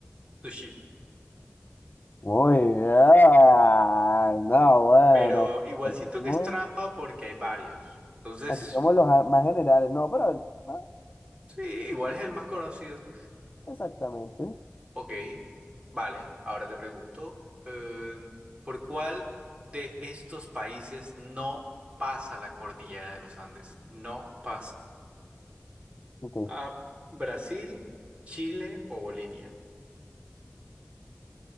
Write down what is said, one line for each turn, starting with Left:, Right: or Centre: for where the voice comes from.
Right: sushi.
Left: Muy bien. No, bueno.
Right: Pero igual siento
Left: Muy-
Right: que es trampa porque hay varios. Entonces,
Left: Aquí somos los a- más generales. No, pero ah,
Right: sí, igual es el más conocido.
Left: exactamente.
Right: Ok, vale, ahora te pregunto, eh, ¿por cuál de estos países no pasa la cordillera de los Andes? No pasa.
Left: Ok,
Right: A Brasil, Chile o Bolivia.